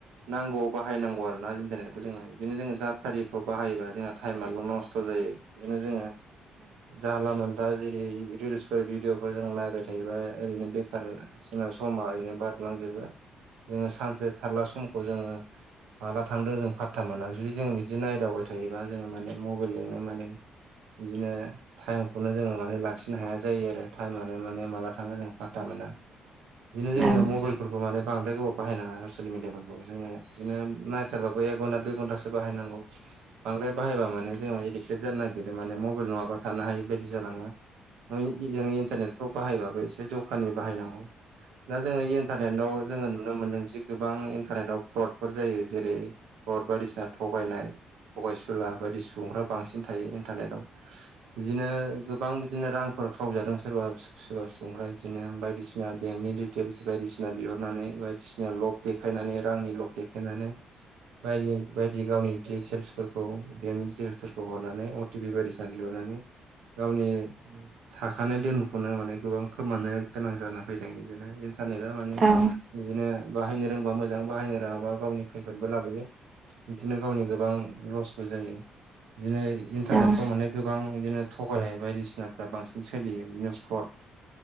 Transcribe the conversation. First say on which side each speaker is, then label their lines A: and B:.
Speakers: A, on the right; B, on the right.
A: नांगौ बाहायनांगौ आरो ना इन्टारनेटखौ जोङो बिदिनो जोङो जाथारिखौ बाहायोबा जोंहा टाइमाबो' नस्थ' जायो। बिदिनो जोङो जानला मोनला जेरै रिलस बेफोर भिडिअफोर जों नायबाय थायोबा ओरैनो बेखार जोंना समा ओरैनो बारलांजोबो। जोङो सानसे थारला समखौ जोङो माला थांदों जों फाटथा मोना जुदि जों बिदि नायदावबाय थायोबा जोङो माने मबाइलजोंनो माने बिदिनो टाइमखौनो जोङो माने लाखिनो हाया जायो आरो टाइमानो माने माला थाङो जों फाटथा मोना। बिदिनो जोङो
B: औ
A: मबाइलफोरखौ माने बांद्राय गोबाव बाहायनाङा ससियेल मिडियाफोरखौ जोङो बिदिनो नाय थारबाबो एक घन्टा दुइ घन्टासो बायनांगौ बांद्राय बाहायबा माने जोंना एदिगटेद जानो नागिरो माने मबाइल नङाबा थानो हायि बायदि जालाङो। <unintelligible> इन्टारनेट खौ बाहायबाबो एसे जखानि बाहायनांगौ। दा जोङो इन्टारनेटाव जोङो नुनो मोनदों जि गोबां इन्टारनेटव फ्रदफोर जायो जेरै फ्लद बायदिसिना थगायनाय। थगायसुला बायदि सुबुंफ्रा बांसिन थायो इन्टारनेटआव। बिदिनो गोबां बिदिनो रांफोर खावजादों सोरबा सोरबा सुबुंफ्रा बिदिनो बायदिसिना बेंकनि दिटेल्स बायदिसिना बिहरनानै बा सिना लब देखायनानै रांनि लब देखायनानै बायदि बायदि गावनि डिटेल्सफोरखौ बेंकनि डिटेल्सफोर खौ हरनानै अटिपि बायदि सिना बिहरनानै गावनि थाखानाय दोनखौनो माने गोबां खोमानो गोनां जाना फैदों बिदिनो इन्टारनेटआ माने
B: औ।
A: बिदिनो बाहायनो रोंबा मोजां बाहायनो रोङाबा गावनि खैफोदबो लाबोयो। बिदिनो गावनि गोबां लस बो जायो। बिदिनो इन्टारनेट
B: औ
A: फ्राव माने गोबां बिदिनो थगायनाय बायदिसिनाफ्रा बांसिन सोलियो बिदिनो फ्रट